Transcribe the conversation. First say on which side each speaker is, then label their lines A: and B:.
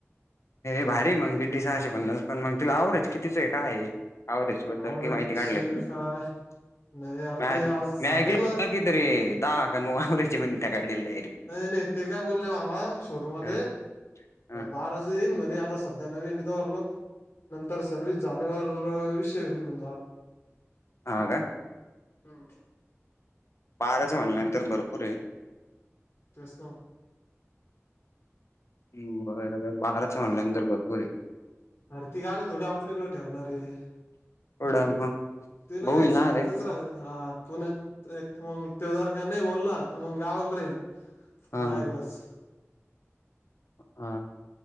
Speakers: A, on the left; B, on the left.
A: भारी मग तिडी सहाशे पन्नास पण मग तिला आवरच कितीचं आहे काय आहे. आव्हरेज बद्दल
B: अव्हरेज
A: किती माहिती काढले <unintelligible>
B: काय नाही यार ते आज सांगितलं
A: दहा <unintelligible> त्या गाडीला डायरेक्ट
B: नाही नाही ते काय बोलले मला, शोरूमवाले
A: हां हां
B: बाराचं येईन ना मी आता सध्या नवीन <unintelligible> नंतर सर्विस झाल्यावर विषय होईन <unintelligible>
A: हा का?
B: हम्म
A: बाराच म्हणल्यानंतर भरपूर आहे.
B: तेच ना.
A: हम्म बघाय लागल, बाराच म्हणल्यानंतर भरपूर आहे.
B: अरे ती गाडी थोडी आपण इकडे ठेवणार आहे?
A: <unintelligible>
B: तुला
A: भाऊ
B: काय
A: येणार
B: सिटीतच
A: आहे
B: राह हा, पुण्यात एक मग त्यो जर का नाही बोलला, त मग गावाकडे राहीन
A: हा
B: माझ्याकडच.
A: हा हा